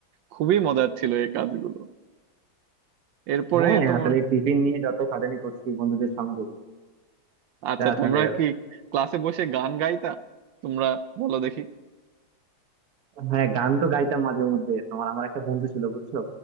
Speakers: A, on the right; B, on the right.
A: খুবই মজার ছিল এই কাজগুলো এরপরে
B: হ্যাঁ
A: তোমার
B: আসলে টিফিন নিয়ে যত সাজানি করছি বন্ধুদের সঙ্গে এটা
A: আচ্ছা
B: আসলে
A: তোমরা কি ক্লাসে বসে গান গাইতা তোমরা বলো দেখি
B: হ্যাঁ গান তো গাইতাম মাঝে মধ্যে তোমার আমার একটা বন্ধু ছিল বুঝছো